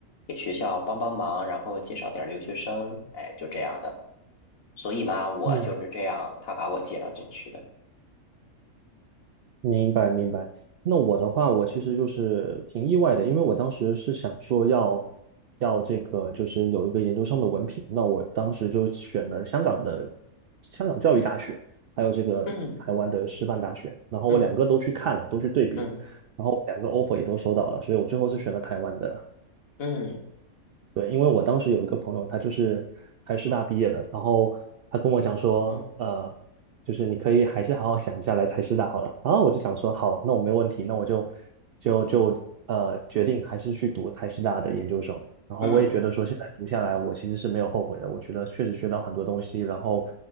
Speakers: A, on the left; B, on the right.
A: 给学校帮帮忙，然后介绍点儿留学生，哎，就这样的。所以嘛，我就是这样，
B: 嗯
A: 他把我介绍进去的。
B: 明白明白。那我的话，我其实就是挺意外的，因为我当时是想说要要这个，就是有一个研究生的文凭。那我当时就选了香港的香港教育大学，还有这个台湾的师范大学。
A: 嗯
B: 然后我两个都去看了，
A: 嗯
B: 都去对比了，
A: 嗯
B: 然后两个 offer 也都收到了，所以我最后是选了台湾的。
A: 嗯
B: 对，因为我当时有一个朋友，他就是台师大毕业的，然后他跟我讲说，
A: 嗯
B: 呃，就是你可以还是好好想一下来台师大好了。然后我就想说，好啊，那我没问题，那我就就就呃决定还是去读台师大的研究生。然后我也觉得说，
A: 嗯
B: 现在读下来，我其实是没有后悔的。我觉得确实学到很多东西，然后